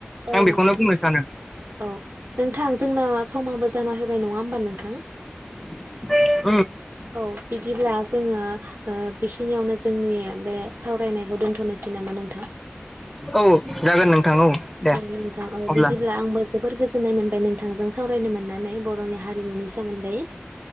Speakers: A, on the right; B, in the centre.
A: औ
B: आं बेखौनो
A: नंगौ
B: बुंनो
A: नोंथां
B: सानो
A: औ नोंथां जोंना समाबो जाना होबाय नङा होमबा नोंथां
B: <inaudible>
A: औ बिदिब्ला जोङा बेखिनियावनो जोंनि बे सावरायनायखौ दोनथ'नोसै नामा नोंथां
B: औ जागोन नोंथां औ दे
A: नोंथां औ
B: अब्ला
A: बिदिब्ला आंबो जोबोर गोजोननाय मोनबाय नोंथांजों सावरायनो मोननानै बर'नि हारिमुनि सोमोन्दै